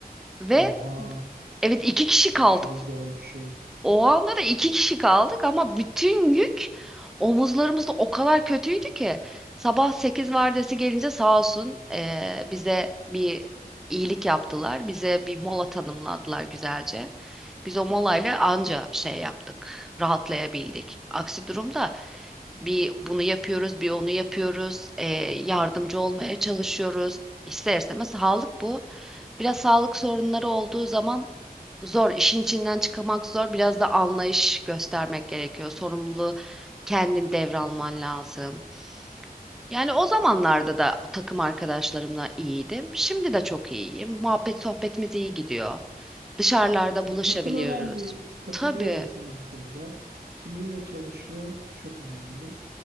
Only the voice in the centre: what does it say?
Ve
evet iki kişi kaldık
o anda da iki kişi kaldık ama bütün yük omuzlarımızda o kadar kötüydü ki. Sabah 8 vardiyası gelince sağ olsun eee, bize bir iyilik yaptılar. Bize bir mola tanımladılar güzelce. Biz o molayla anca şey yaptık, rahatlayabildik. Aksi durumda bir bunu yapıyoruz, bir onu yapıyoruz, eee, yardımcı olmaya çalışıyoruz. İster istemez sağlık bu. Biraz sağlık sorunları olduğu zaman zor, işin içinden çıkamak zor. Biraz da anlayış göstermek gerekiyor. Sorumluluğu kendin devralman lazım. Yani o zamanlarda da takım arkadaşlarımla iyiydim. Şimdi de çok iyiyim. Muhabbet sohbetimiz iyi gidiyor. Dışarılarda
buluşabiliyoruz.
Tabii,